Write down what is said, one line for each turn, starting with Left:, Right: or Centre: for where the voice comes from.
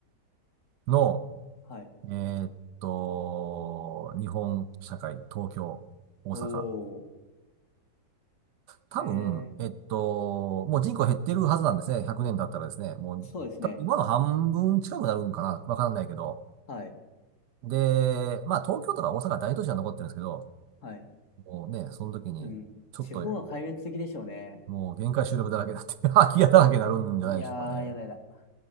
Right: の、
Left: はい。
Right: えーっと、日本社会、東京、大阪。
Left: おー、
Right: 多分、
Left: へえ、
Right: えっと、もう人口減ってるはずなんですね。100年経ったらですね。もう、
Left: そうですね。
Right: 多分今の半分近くなるんかなわかんないけど。
Left: はい、
Right: で、まあ東京とか大阪大都市は残ってるんですけど、
Left: はい。
Right: もうね、その時に、
Left: うん。
Right: ちょっと
Left: 地方は壊滅的でしょうね。
Right: もう限界集落だらけだって <laughs> 空き家だらけになるんじゃないでしょうかね。
Left: いやー、やだやだ。